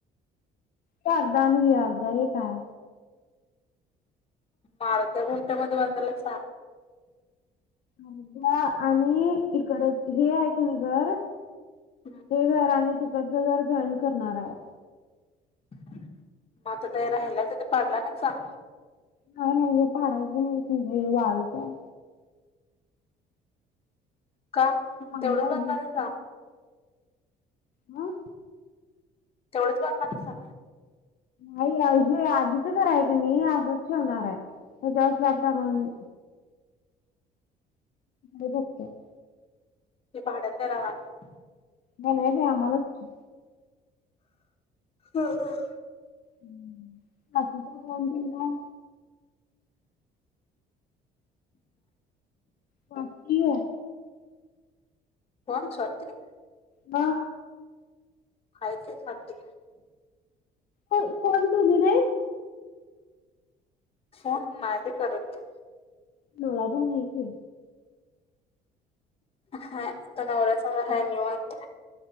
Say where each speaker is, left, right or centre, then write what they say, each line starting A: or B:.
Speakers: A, on the left; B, on the left.
A: ही आरदा आनि ही आरदा एक हाय
B: आरध्या गुंट्यामध्ये बधायला यचा
A: आरद्या. आणि हीकड हे आहे की नाई घर
B: मग
A: हे घर आणि तिकडचं घर जॉईन करणार आय
B: म आता ते राहिलाय त ते पडला नायका
A: नाई नाई हेे पाडायच नाही हे वाळूच हाय
B: का
A: चांगलं
B: तेवढंच
A: आहे
B: बांधनारएसा
A: ह
B: तेवढच बांधणार हायसा
A: नाही हे आधीच घर हाय का नाई आसच ठेवनार हाय हे द्यावे लागणार म्हण बगतो
B: हे भाड्यानं देणार हाओत
A: मी नाय ते आमालाच
B: हम्म हम्
A: हम बाकी का फोन केलता बाकी एए
B: कोण स्वाती
A: वा <inaudible>
B: करायचे साठी
A: को कोण तुमीरे
B: कोण मायती करत होती
A: मला पण नाही की
B: हा त नवर्यासंग हाय निवांत